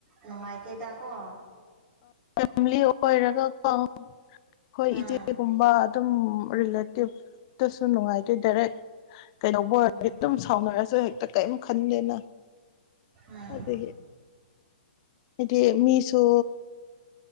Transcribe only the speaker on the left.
ꯐꯦꯂꯤ ꯑꯣꯏꯔꯒꯀꯣ ꯑꯩꯈꯣꯏ
ꯏꯆꯦꯒꯨꯝꯕ ꯑꯗꯨꯝ ꯔꯤꯂꯦꯇꯤꯇꯁꯨ ꯅꯨꯡꯉꯥꯏꯇꯦ ꯗꯥꯏꯔꯦꯛ ꯀꯩꯗꯧꯕ ꯑꯣꯏꯔ
ꯑꯗꯨꯝ ꯁꯔ ꯍꯦꯛꯇ ꯀꯔꯤꯝ ꯈꯟꯗꯦꯅ
ꯑꯗꯨ ꯍꯥꯏꯗꯤ ꯃꯤꯁꯣ